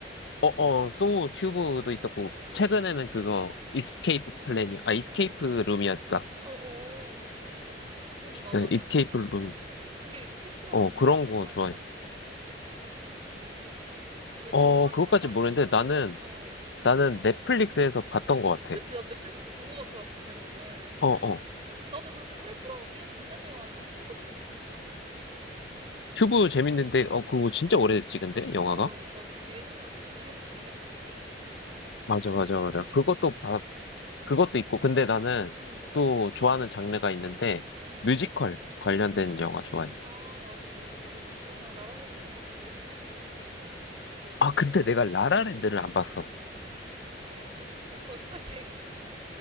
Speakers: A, on the left; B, on the right.
A: 어, 소우 큐브도 있었고,
B: 어,
A: 최근에는 그거, 이스케이프 플랜이, 아, 이스케이프 룸이었다.
B: 어, 어. 그거는 나도
A: 네,
B: 아직
A: 이스케이프
B: 안 봤는데.
A: 룸.
B: 그게 OTT로만
A: 어,
B: 공개됐던
A: 그런 거
B: 영화였나?
A: 좋아해.
B: 개,
A: 어,
B: 개봉한
A: 그것까지
B: 영화인가? <laughs>
A: 모르는데, 나는,
B: 어. 어.
A: 나는 넷플릭스에서 봤던 것 같아.
B: 그치, 나도 넷플릭스에서 본 거 같아가지고, 제목을.
A: 어, 어.
B: 나도 그렇게 탈출하는 게임 진짜 좋아하는데 큐브도 되게 재밌지 않아?
A: 큐브 재밌는데, 어, 그거
B: 응,
A: 진짜 오래됐지, 근데, 영화가?
B: 맞아. 나도 되게 예전에 봤었던 것 같은데.
A: 맞아, 맞아,
B: 응,
A: 맞아. 그것도 봐, 그것도 있고, 근데 나는
B: 응, 응,
A: 또 좋아하는 장르가 있는데,
B: 응.
A: 뮤지컬 관련된 영화 좋아해.
B: 아, 나도 그 그러면 라라랜드도 봤겠네.
A: 아, 근데 내가 라라랜드를 안 봤어.
B: 이 거짓말쟁이.